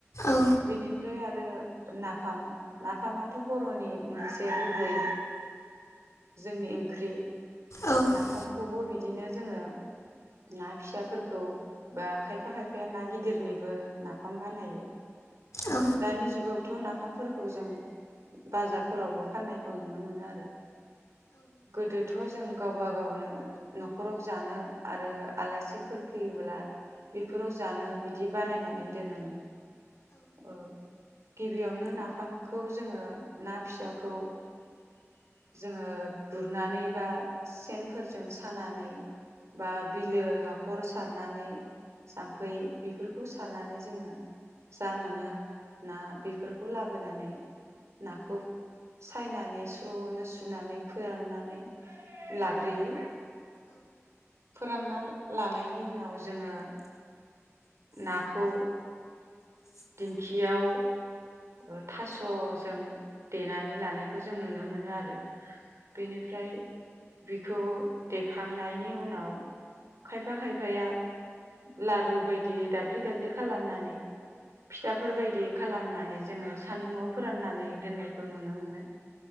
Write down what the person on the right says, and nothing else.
बेनिफ्राय आर रो नाफाम नाफामाथ बरनि मोनसे गुबै जोंनि ओंख्रि।
नाफामखौबो बिद बिदिनो जोङो ना फिसाफोरखौ बा खायफा खायफाया ना गिदिरनिबो नाफाम बानायो।
दानि जुगाव। थ नाफामफोरखौ जों बाजारफोरावबो फाननायखौ नुनो मोनो आरो। गोदोथ जों गावबा गावनो नखराव जानो आरो आलासिफोर फैयोब्ला बेफोराव जानो बिदि बानायनानै दोनोमोन। औ। गिबियावनो नाफामखौ जोङो ना फिसाखौ जोङो गुरनानै बा सेनफोरजों सानानै बा बिलो हाखर सारनानै जाम्फै बेफोरखौ सारनानै जोङो जा मोनो ना बेफोरखौ लाबोनानै नाखौ सायनानै स्रनो सु नानै फोराननानै लाग्रोयो। फोरानना लानायनि उनाव जोङो नाखौ। दिंखियाव ओह थासजों देनानै लानायखौ जों नुनो मोनो आरो। बेनिफ्राय। बिखौ देखांनायनि उनाव खायफा खायफाया लारु बायदि दाब्लि दाब्लि खालामनानै फिथाफोर बायदि खालामनानै जोङो सान्दुंङाव फोराननानै दोननायखौ नुनो मोनो।